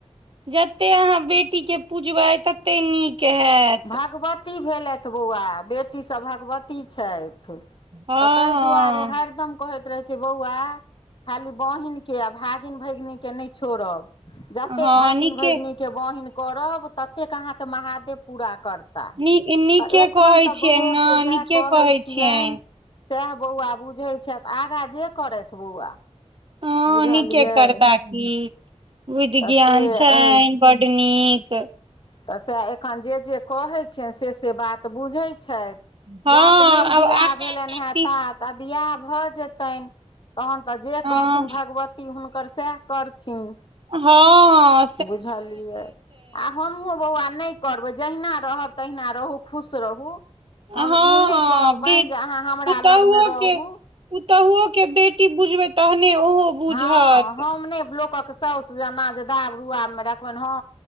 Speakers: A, on the right; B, on the left.
A: जत्ते अहाँ बेटी के पूजबै तत्ते नीक है।
B: भगवती भेलैथ बौआ बेटीसभ भगवती छैथ। तऽ
A: हँ
B: ताहि दुआरे हरदम। कहैत रहे छ बौआ खाली बहिन के आ भागिन भगिन के नहि छोड़ब। जतेक
A: हँ
B: भागिन
A: नीके
B: भगिनकीके बहिन करब ततेक अहाँके महादेव पूरा करत।
A: नी नीके
B: तऽ एखन
A: कहै
B: तऽ
A: छियै
B: बौओके
A: ने
B: जाए
A: नीके
B: कहै छियैन।
A: छियनि
B: सएह बौआ बुझैत छथि आगाँ जे करैथ बौआ।
A: ह
B: बुझलियै
A: नीके करता की बुध
B: तऽ
A: ज्ञान
B: से
A: छै
B: अछि
A: बड। बड नीक।
B: तऽ सएह एखन जे जे कहैत छैथ से से बात बुझैत छैथ।
A: हँ
B: जात नहि
A: आब
B: बियाह
A: आगाँ
B: भेलैन
A: करती
B: हें तात। तऽ बिआह भऽ जेतनि तहन तऽ जे
A: हँ
B: कहथिन भगवती हुनकर सैह। करथिन।
A: हँ हॅ।
B: बुझलियै आ हमहुूँ बौआ नहि। करबै जहिना रहब तहिना रहू खुश रहू।
A: हँ
B: हम ई नहि कहबैन
A: बेट
B: जे अहाँ हमरा
A: पुतहुओ
B: लगमे रहू।
A: के पुतहुओ के बेटी बुझबै तहने ओहो। बुझत
B: हँ हम नै बलोकक साउस जेना जे दाब रुआब मे रखबैन हँ